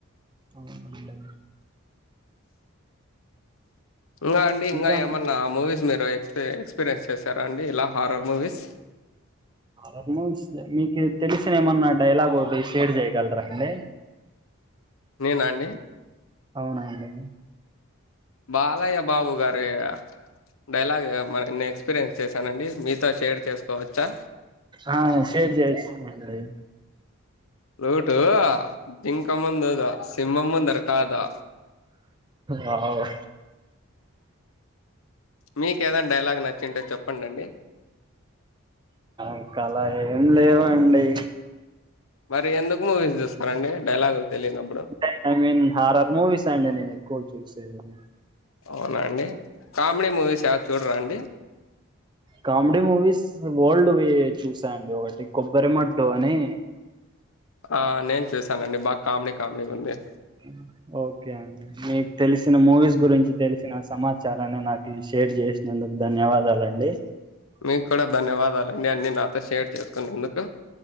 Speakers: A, on the right; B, on the left.
A: అవునండి
B: ఇంగా అండి ఇంగా
A: ఇంకా
B: ఏమన్నా మూవీస్ మీరు ఎక్స్ ఎక్స్పీరియన్స్ చేసారా అండి లా హారర్ మూవీస్
A: ఆల్మోస్ట్ మీకు తెలిసిన ఏమన్నా డైలాగ్ ఒకటి షేర్ చేయగలరా అండి.
B: నేనా అండీ
A: అవునండి
B: బాలయ్య బాబు గారీ డైలాగ్ మరి నేన్ ఎక్స్పీరియన్స్ చేశానండి మీతో షేర్ చేసుకోవచ్చా
A: ఆ షేర్ చేయచ్చు అదీ
B: ప్లూటూ జింకముందు ఊదూ సింహం ముందర కాదు
A: వావ్
B: మీకు ఏదైనా డైలాగ్ నచ్చింటే చెప్పండండి
A: ఇంకా అలా ఏం లేవండీ
B: మరి ఎందుకు మూవీస్ చూస్తారండి డైలాగులు తెలీనప్పుడు
A: అంటే ఐ మీన్ హారర్ మూవీస్ అండి నేను ఎక్కువ చూసేది
B: అవునా అండి కామెడీ మూవీస్ ఎవరు చూడరా అండి
A: కామెడీ మూవీస్ ఓల్డ్వి చూసాను, ఒకటి కొబ్బరి మట్టు అని.
B: ఆ నేను చూసానండి. బాగ్ కామెడీ, కామెడీ ఉంది.
A: ఉమ్ ఓకే అండి మీక్ తెలిస్. కొన్ని మూవీస్ గురించి తెలిసిన సమాచ్. ఇచ్చారని, నాకు షేర్ చేసినందుకు ధన్యవాదాలండి.
B: మీక్ కూడా ధన్యవాదాలండి, అన్నీ నాతో షేర్ చేసుకున్నందుకు.